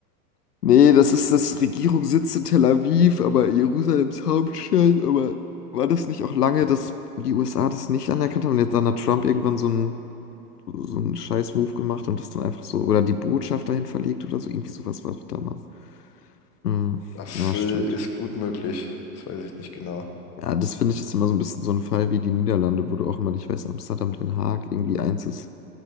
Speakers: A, on the left; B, on the left.
A: Nee, das ist das Regierungssitz in Tel Aviv, aber Jerusalems Hauptstadt. Aber war das nicht auch lange, dass die USA das nicht anerkannt haben und jetzt dann hat Trump irgendwann so einen so einen Scheiß-Move gemacht und das dann einfach so. Oder die Botschaft dahin verlegt oder so. Irgendwie sowas war doch damals. Hm,
B: Das
A: ja,
B: äh,
A: stimmt.
B: ist gut möglich. Das weiß ich nicht genau.
A: Ja, das finde ich jetzt immer so ein bisschen so ein Fall wie die Niederlande, wo du auch immer nicht weißt, Amsterdam, Den Haag, irgendwie eins ist.